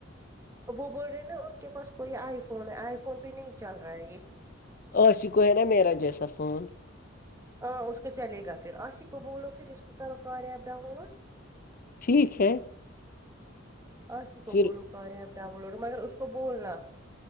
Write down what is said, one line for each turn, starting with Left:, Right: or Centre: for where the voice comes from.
Right: وہ بول رہے ہیں نا ان کے پاس کوئی آئی فون ہے آئی فون پہ نہیں چل رہا ہے یہ
Left: عش کو نا میرا جیسا فون
Right: ہاں اس کو چلے گا پھر آسیی کو بولو پھر اس کو کرو کار ایپ ڈاؤن لوڈ
Left: ٹھیک ہے
Right: آسی کو
Left: پھر
Right: بولو کار ایپ ڈاؤن لوڈ ہو مگر اس کو بولنا